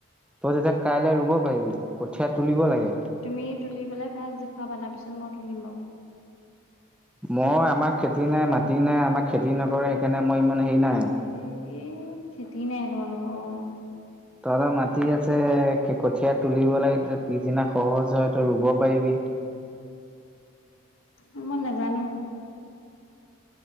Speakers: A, in the centre; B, on the left (about 85°).
A: তই তেতিয়াই কাইলৈ ৰুব পাৰিবি কঠীয়া তুলিব লাগে।
B: তুমি তুলি পেলায় ফাৰ্ষ্ট দেখুৱাবা তাৰ পিছত মই তুলিম বাৰু।
A: মই আমাক খেতি নাই মাটি নাই আমাক খেতি নকৰে সেইকাৰণে মই ইমান হেৰি নাই।
B: সেই খেতি নাই তোমালোকৰ অঁ।
A: তহঁতৰ মাটি আছে কঠীয়া তুলিব লাগে পিছত পিছদিনা সহজ হয় তই ৰুব পাৰিবি।
B: উম মই নাজানোঁ।